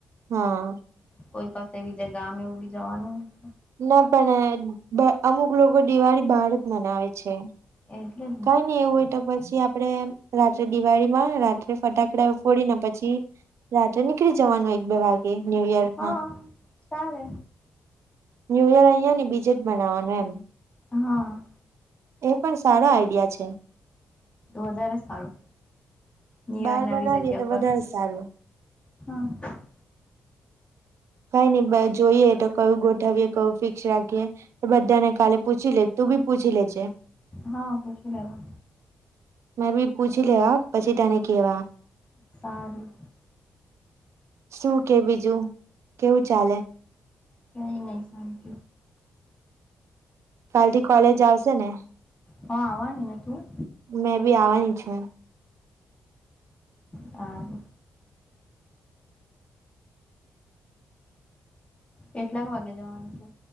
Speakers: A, on the right; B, on the left.
A: હા
B: કોઈ કશે બીજે ગામે એવું બી જવાનું હે
A: ના પણ અમુક લોકો દિવાળી બહાર જ મનાવે છે.
B: એટલે જ ને
A: કઈ નઈ એવું તો પછી આપણે રાત્રે દિવાળી માં રાત્રે ફટાકડા ફોડીને પછી રાત્રે નીકળી જવાનું એક બે વાગે ન્યુયોર્કમાં
B: હા ચાલે
A: ન્યુ યર અહીંયા ને બીજે જ બનાવવાનું એમ
B: હા.
A: એ પણ સારો આઈડિયા છે.
B: વધારે સારું નિયર
A: બહાર
B: નવી
A: મનાવીએ
B: જગ્યા
A: તો
B: પર
A: વધારે સારું.
B: હા.
A: કઈ નહી જોઈએ તો કયું ગોઠવીએ કયુ ફિક્સ રાખીએ. બધા ને કાલે પૂછી લેજે તું બી પૂછી લેજે.
B: હા પૂછી લેવા
A: મેં બી પૂછી લેવા પછી તેને કેવા
B: સારું.
A: શું કે બીજું કેવું ચાલે?
B: ક નહી શાનંત
A: કાલ થી કોલેજ આવશે ને
B: હા આવવાની ને તું
A: મેં બી આવવાની છું.
B: સારું કેટલાક વાગે જવાનું તું